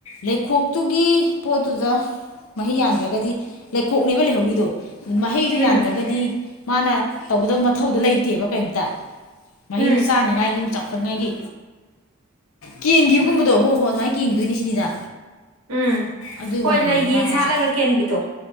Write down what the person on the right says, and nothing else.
ꯎꯝ
ꯎꯝ
ꯎꯝ
ꯍꯣꯏ ꯂꯩꯒꯤ
ꯁꯥꯠꯂꯒ ꯀꯦꯟꯕꯤꯗꯣ